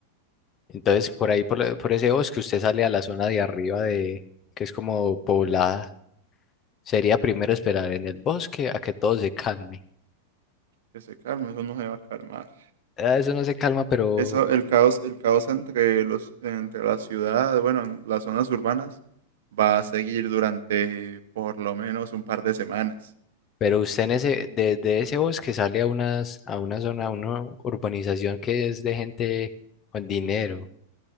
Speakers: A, on the left; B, on the right.
A: Entonces, por ahí, por, la- por ese bosque, usted sale a la zona de arriba de, que es como poblada. Sería primero esperar en el bosque a que todo se calme.
B: Que se calme, eso no se va a calmar.
A: Ah, Eso no se calma, pero,
B: Eso, el caos, el caos entre los, entre la ciudad, bueno, en las zonas urbanas, va a seguir durante por lo menos un par de semanas.
A: pero usted en ese, desde ese bosque sale a unas, a una zona, a una urbanización que es de gente con dinero.